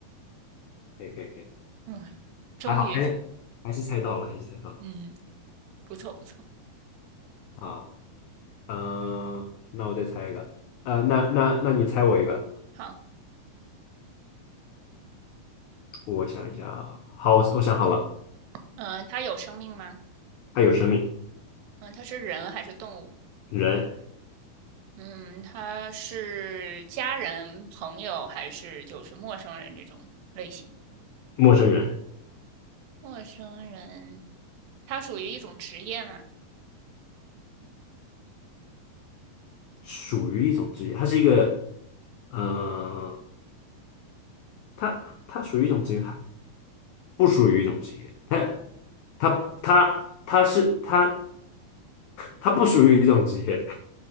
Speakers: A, on the left; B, on the right.
A: 可以可以，
B: 嗯，终于，
A: 还好哎，还是猜到了，还是猜到了
B: 嗯，不错不错。
A: 好，嗯、那我再猜一个呃那那那你猜我一个，
B: 好，
A: 我想一下啊，好我我想好了，
B: 嗯，它有生命吗？
A: 它有生命，
B: 嗯，它是人还是动物？
A: 人
B: 嗯，它是家人、朋友还是就是陌生人这种类型？
A: 陌生人
B: 陌生人，它属于一种职业吗？
A: 属于一种职业，它是一个嗯、呃它它属于一种职业，不属于一种职业，他他他他是他他不属于一种职业。